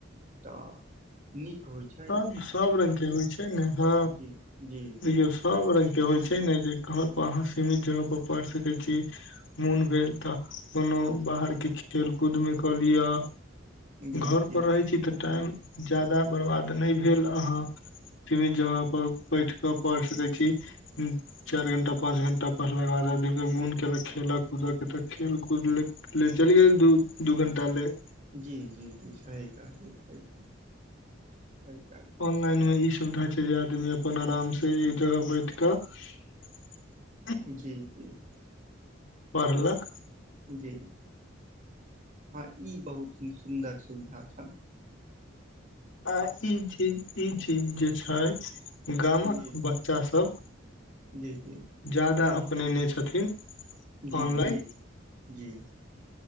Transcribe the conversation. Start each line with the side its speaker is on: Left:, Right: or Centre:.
Right: तऽ नीक होइ छै।
Left: सब
Right: आ
Left: सब रंग के होइ छै ने ह
Right: जी जी जी
Left: देखियौ सब रंग के होइ छै ने जे घर पर अहाँ सीमित जगह पर पढ़ सकै छी। मुन भेल तऽ कोनो बाहर किछ खेलकूदमे कऽ लिअ।
Right: जी
Left: घरपर
Right: जी
Left: रहै छी तऽ टाइम ज्यादा बरबाद नै भेल अहाँ सीमित जगह पर बैठ कऽ पढ़ सकैत छी चैर घंटा पाँच घंटा पढ़लाके बाद आदमीे के मोन केलक खेलऽ कूद के तऽ खेलु - कुदु ले ले चलि गेल दू - दू घण्टा ले।
Right: जी - जी - जी सही कहलिए, सही कहलिए, सही कह
Left: ऑनलाइनमे इ सुविधा छै जे आदमी अपन आरामसँ एक जगह बैठ क <unintelligible>
Right: जी - जी।
Left: पढ़लक
Right: जी हँ ई बहुत सुन्दर सुविधा छल
Left: आ ई चीज ई चीज जे छै गामक
Right: जी
Left: बच्चा सब।
Right: जी, जी
Left: ज्यादा अपनेने छथिन।
Right: जी,
Left: ऑनलाइन
Right: जी, जी